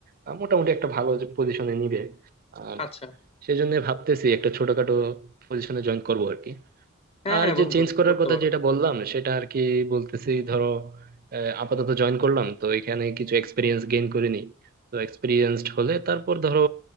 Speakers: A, on the right (about 45°); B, on the left (about 30°).
A: আহ, মোটামুটি একটা ভালো পজিশনে নিবে আর
B: আচ্ছা
A: সেজন্য ভাবতেছি একটা ছোটখাটো পজিশনে জয়েন করব আর কি
B: হ্যাঁ
A: আর
B: হ্যাঁ
A: যে
B: বন্ধু
A: চেঞ্জ করার
B: করতে
A: কথা
B: পারো
A: যেটা বললাম সেটা আর কি বলতেছি ধরো আহ, আপাতত জয়েন করলাম তো এখানে কিছু এক্সপিরিয়েন্স গেইন করে নিই তো এক্সপিরিয়েন্সড হলে তারপর ধরো